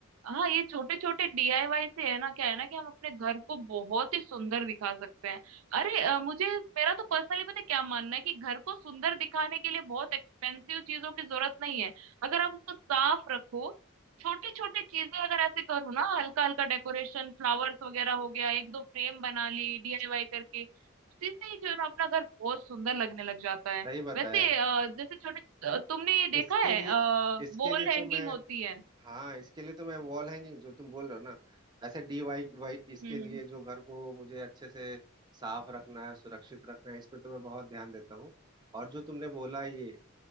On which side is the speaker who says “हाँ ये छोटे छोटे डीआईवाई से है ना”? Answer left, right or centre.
Right